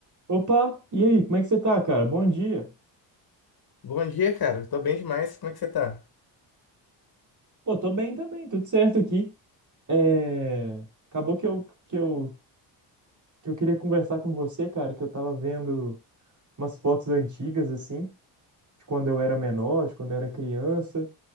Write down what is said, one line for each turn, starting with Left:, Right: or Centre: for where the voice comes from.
Right: Opa, e aí, como é que você tá, cara? Bom dia.
Left: Bom dia, cara. Tô bem demais. Como é que você tá?
Right: Pô, tô bem também, tudo certo aqui. É... Acabou que eu, que eu, que eu queria conversar com você, cara, que eu tava vendo umas fotos antigas, assim, de quando eu era menor, de quando eu era criança,